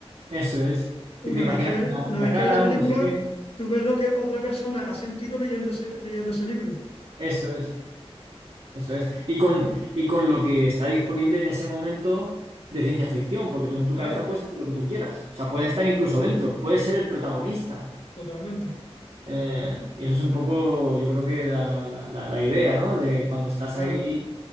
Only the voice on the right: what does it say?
eso es. Y
te imaginas
una,
una
cara,
un no sé qué.
Eso es. Eso es. Y con, y con lo que está disponible en ese momento de ciencia ficción, porque tú en tu
cabeza puedes hacer lo que tú quieras. O sea, puedes estar incluso dentro, puedes ser el protagonista.
Eh, y eso es un poco, yo creo que la, la- la- la idea, ¿no? De cuando estás
ahí.